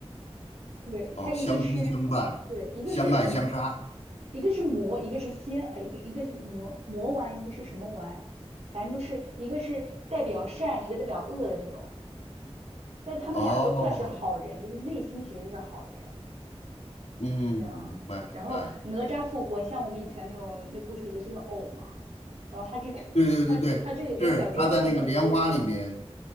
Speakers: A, on the right; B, on the left.
A: 对，
B: 哦，
A: 它一个是，
B: 相亲相伴，
A: 对，一个是嗯，
B: 相爱相杀。
A: 一个是魔，一个是仙，哎，一个一个是魔魔丸，一个是什么丸？反正就是一个是代表善，一个代表恶的这种。但他们俩都算是好人，
B: 哦，
A: 就是内心其实是好人。
B: 嗯，
A: 这样，
B: 明白明白。
A: 然后哪吒复活，像我们以前那种那故事里都是用藕嘛，然后他这个 <laughs>
B: 对对对对，
A: 他他这里边改编成用藕粉，
B: 是他在那个莲花里面。